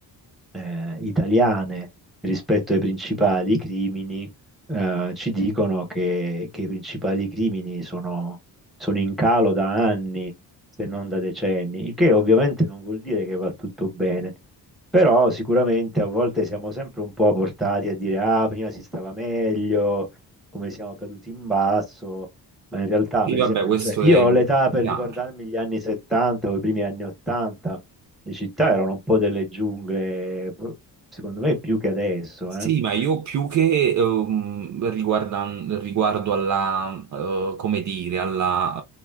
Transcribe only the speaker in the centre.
eh, italiane rispetto ai principali crimini, eh, ci dicono che, che i principali crimini sono, sono in calo da anni, se non da decenni, il che ovviamente non vuol dire che va tutto bene. Però sicuramente a volte siamo sempre un po' portati a dire, ah, prima si stava meglio, come siamo caduti in basso, ma in realtà,
per
esempio,
cioè, io
ho l'età per
ricordarmi gli anni 70 o i primi anni 80, le città erano un po' delle giungle, secondo me più che adesso,
eh.